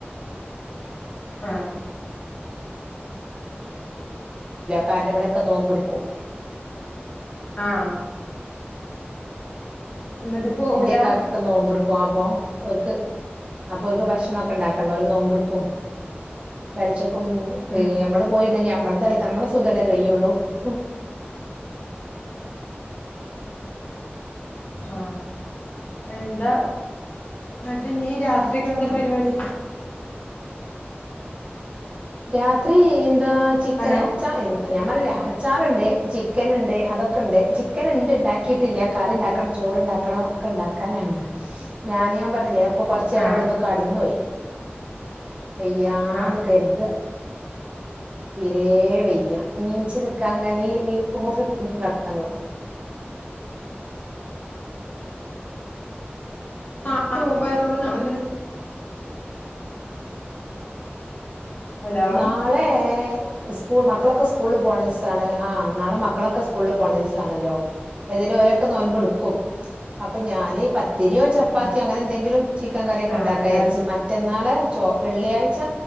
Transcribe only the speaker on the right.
കാര്ണം ഇവിടൊക്കെ നോമ്പ്ട്ക്കും
ഇന്റെക്കാക്കൊക്കെ നോമ്പ്ട് ക്ക്വാ അപ്പോ ഓര്ക്ക് അപ്പൊ ഓൽക്ക് ഭക്ഷണൊക്കെണ്ടാക്കണ്ടെ ഓര് നോമ്പ്ടുക്കും പെൽച്ചക്കും
ഏ നമ്മള് പോയിണ്ടെങ്കി നമ്മൾ തല്ലേ നമ്മളെ സുഖല്ലേ കയ്യുള്ളൂ ഹും
രാത്രി എന്താ ചിക്കന്
അച്ചാ ഞാൻ പർഞ്ഞില്ലേ ആ ച്ചാറുണ്ട് ചിക്കൻണ്ട് അതൊക്കെണ്ട് ചിക്കൻണ്ട് ഉണ്ടാക്കിയിട്ടില്ല കറി ഉണ്ടാക്കണം ചോറ്ണ്ടാക്കണം ക്കെണ്ടാക്കാനാണ് ഞാന് ഞാൻ പറഞ്ഞില്ലേ അപ്പൊ കൊറച്ചേരം
അവിടെന്ന് കടന്നു പോയി വയ്യാന്ന്
കര്താ തീരേ വയ്യ നീച്ച്നിക്കാങ്ങനെ ഈ നീക്കുമ്പോത്തിന് പിന്നിം കടക്കാൻ തോന്നാ
നാളേ സ്കൂ മക്കളൊക്കെ സ്കൂളില് പോണദിസാണ് ആ നാളെ മക്കളൊക്കെ സ്കൂളിൽ പോണ ദിവസാണല്ലോ എത് അതിന് ഓരൊക്കെ നോയ്മ്പെടുക്കും അപ്പൊ ഞാനി പ- ത്തിരിയോ ചപ്പാത്തിയോ
അങ്ങനെ എന്തെങ്കിലും ചിക്കൻ കറിയൊക്കെ
ഉണ്ടാക്കാം
ഇറച്ചി മറ്റന്നാള് ചോ വെള്ളിയാഴ്ച്ച